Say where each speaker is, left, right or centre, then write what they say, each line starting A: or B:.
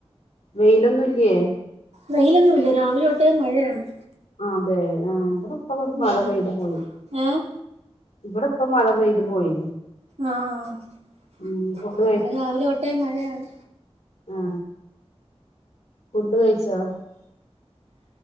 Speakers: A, on the left; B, on the right.
A: വെയിലൊന്നും ഇല്ലേ
B: വെയിലൊന്നുല്ല രാവിലെതൊട്ടേ മഴയാണ്.
A: അതെ ആ ഇവടെപ്പരു മഴപെയ്തു
B: ഉം
A: പോയി.
B: ഏഹ്
A: ഇവിടെ ഇപ്പ മഴ പെയ്ത് പോയി.
B: ആ ആ
A: ഉം ഫുഡ്
B: രാവിലെ തൊട്ടേ മഴയാണ്.
A: ആ ഫുഡ്ഡ് കഴിച്ചോ?